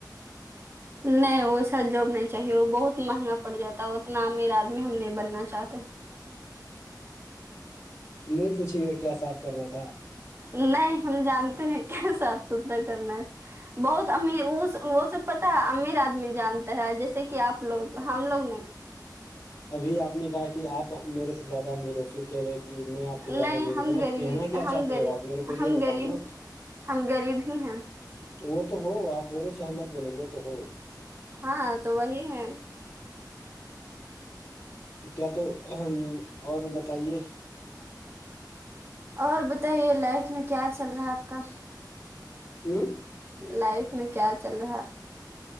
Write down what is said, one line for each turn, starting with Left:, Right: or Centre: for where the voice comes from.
Right: نہیں وہ سا جاب نہیں چاہیے وہ بہت مہنگا پڑ جاتا ہے اتنا امیر آدمی ہم نہیں بننا چاہتے
Left: نہیں پوچھے گ کیا صاف کرنا تھا
Right: نہیں ہم جانتے ہیں کیا صاف ستھرا کرنا بہت امیر اس وہ سب پتا ہے امیر آدمی جانتا ہے جیسے کہ آپ لوگ ہم لوگ نہیں
Left: ابھی آپ نے کہا کہ آپ میرے سے زیادہ میرو پک رہے کہ میں آپ سے زیادہ
Right: نہیں
Left: م
Right: ہم
Left: مطلب
Right: غریب
Left: کہنا کیا
Right: ہم
Left: چاہتے
Right: غریب
Left: ہو آپ میرے کو یہ
Right: ہم
Left: بتاؤ
Right: غریب
Left: نا
Right: ہم غریب ہی ہیں
Left: وہ تو ہو آپ بولو چحمت بولو وہ تو ہو
Right: ہاں تو وہی ہے
Left: کیا تو اور بتائیے
Right: اور بتائیے لائف میں کیا چل رہا ہے آپ کا
Left: ہوں
Right: لائف میں کیا چل رہا ہے